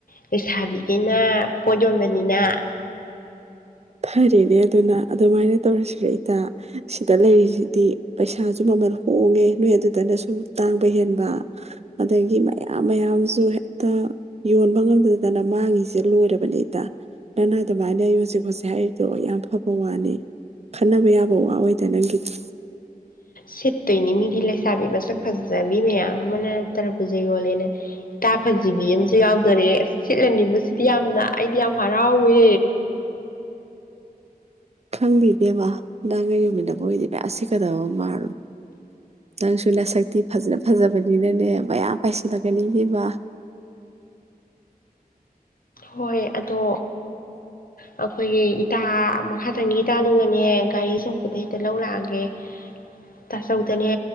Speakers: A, on the left; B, on the right.
A: ꯂꯩꯁꯥꯕꯤꯒꯩꯅ ꯄꯣꯠ ꯌꯣꯟꯕꯅꯤꯅ
B: ꯐꯔꯦꯅꯦ ꯑꯗꯨꯅ ꯑꯗꯨꯃꯥꯏꯅ ꯇꯧꯔꯁꯤꯔ ꯏꯇꯥ ꯁꯤꯗ ꯂꯩꯔꯤꯁꯤꯗꯤ ꯄꯩꯁꯥꯁꯨ ꯃꯃꯜ ꯍꯣꯡꯉꯦ ꯅꯣꯏ ꯑꯗꯨꯗꯅꯁꯨ ꯇꯥꯡꯕ ꯍꯦꯟꯕ ꯑꯗꯒꯤ ꯃꯌꯥꯝ ꯃꯌꯥꯝꯁꯨ ꯍꯦꯛꯇ ꯌꯣꯟꯕ ꯉꯝꯗꯗꯅ ꯃꯥꯡꯉꯤꯁꯦ ꯂꯣꯏꯔꯕꯅꯦ ꯏꯇꯥ ꯅꯪꯅ ꯑꯗꯨꯃꯥꯏꯅ ꯌꯣꯟꯁꯤ ꯈꯣꯠ ꯉ ꯍꯥꯏꯔꯤꯗꯣ ꯌꯥꯝ ꯐꯕ ꯋꯥꯅꯤ ꯈꯟꯅꯕ ꯌꯥꯕ ꯋꯥ ꯑꯣꯏꯗ ꯅꯪꯒꯤꯗꯣ
A: ꯁꯤꯠꯇꯣꯏꯅꯤ ꯃꯤꯗꯤ ꯂꯩꯁꯥꯕꯤ ꯃꯁꯛ ꯐꯖꯕꯤ ꯃꯌꯥ ꯑꯃ ꯇꯔꯕꯨꯖ ꯌꯣꯂꯦꯅ ꯏꯇꯥ ꯐꯖꯤꯕꯤ ꯑꯃꯁꯨ ꯌꯥꯎꯗꯣꯔꯦ ꯁꯤꯠꯂꯅꯤ ꯁꯤ ꯁꯤꯗꯤ ꯌꯥꯝꯅ ꯑꯩꯗꯤ ꯌꯥꯝ ꯍꯔꯥꯎꯋꯦ
B: ꯈꯪꯗꯦꯕꯦꯕ ꯅꯪꯒ ꯌꯣꯟꯃꯤꯟꯅꯕ ꯑꯣꯏꯣꯏꯗꯤ ꯃꯌꯥꯝ ꯁꯤꯠꯀꯗꯕ ꯃꯥꯜꯔꯣ ꯅꯪꯁꯨ ꯂꯥꯏꯁꯛꯇꯤ ꯐꯖꯅ ꯐꯖꯕꯅꯤꯅꯅꯦ ꯃꯌꯥꯝ ꯄꯥꯏꯁꯤꯜꯂꯛꯀꯅꯤꯅꯦꯕ
A: ꯍꯣꯏ ꯑꯗꯣ ꯑꯩꯈꯣꯏꯒꯤ ꯏꯇꯥ ꯃꯈꯥꯗꯪꯒꯤ ꯏꯇꯥꯗꯨꯒꯅꯦ ꯒꯥꯔꯤ ꯑꯆꯧꯕꯗ ꯍꯦꯛꯇ ꯂꯧ ꯂꯥꯛꯑꯒꯦ ꯆꯥꯆꯧꯗꯅꯦ